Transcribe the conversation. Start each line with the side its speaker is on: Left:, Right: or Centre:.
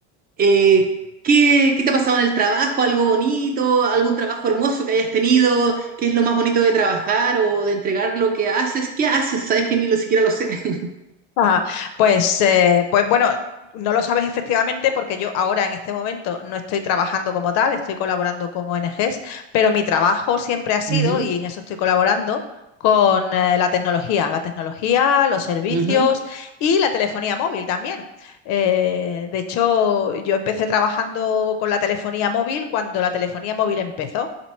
Right: eh, ¿qué, qué te ha pasado en el trabajo? ¿Algo bonito? ¿Algún trabajo hermoso que hayas tenido? ¿Qué es lo más bonito de trabajar o de entregar lo que haces? ¿Qué haces? Sabes que ni lo siquiera lo sé. <laughs>
Left: ajá. Pues, eh, pues bueno, no lo sabes efectivamente porque yo ahora en este momento no estoy trabajando como tal, estoy colaborando con ONGs, pero mi trabajo siempre ha sido,
Right: Ujú,
Left: y en eso estoy colaborando, con eh, la tecnología, la tecnología, los servicios
Right: ujú,
Left: y la telefonía móvil también. Eh, de hecho, yo empecé trabajando con la telefonía móvil cuando la telefonía móvil empezó.